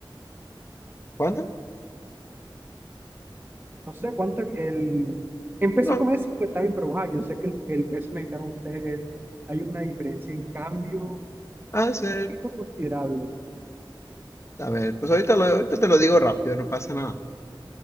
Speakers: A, on the left; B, on the right.
A: ¿Cuánto?
B: No sé cuánto el... Empezó
A: No,
B: a comer 50 mil, pero ajá, yo sé que el, el peso mexicano de ustedes es- hay una diferencia en cambio
A: ha de ser.
B: esto considerable.
A: A ver, pues ahorita, lo- ahorita te lo digo rápido, no pasa nada.